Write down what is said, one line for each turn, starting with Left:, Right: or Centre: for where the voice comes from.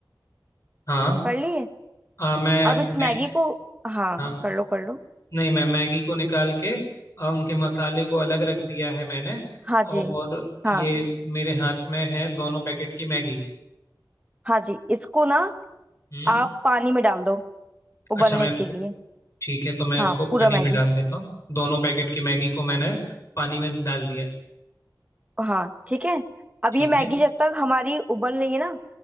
Left: हाँ
Right: कर लिए
Left: हाँ मैं
Right: अब इस
Left: मैं
Right: मैगी को हाँ
Left: हाँ
Right: कर लो कर लो
Left: नहीं मैं मैगी को निकाल के आ, उनके मसाले को अलग रख दिया है मैंने
Right: हाँ
Left: और
Right: जी हाँ
Left: ये मेरे हाथ में है दोनों पैकेट की मैगी
Right: हाँ जी इसको ना
Left: हम्म
Right: आप पानी में डाल दो उबलने
Left: अच्छा मैं मैंने
Right: के
Left: इसको
Right: लिए
Left: ठीक है तो मैं
Right: हाँ
Left: इसको
Right: पूरा
Left: पानी
Right: मैगी
Left: में डाल देता हूँ दोनों पैकेट की मैगी को मैंने पानी में डाल दिया है
Right: हाँ ठीक है अब
Left: ठीक
Right: ये मैगी
Left: है
Right: जब तक हमारी उबल रही है ना